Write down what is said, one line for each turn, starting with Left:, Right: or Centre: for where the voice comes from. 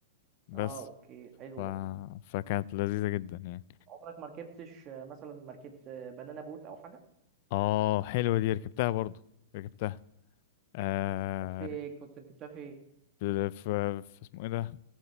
Left: بس
Right: اه اوكي حلو
Left: ف...
Right: ده
Left: فكانت لذيذة جدا يعني
Right: عمرك ما ركبتش آه، مثلا مركبت آه، بنانا بوت او حاجه
Left: اه حلوة دي ركبتها برضو ركبتها آه
Right: في كنت ركبتها في
Left: في, في اسمه ايه ده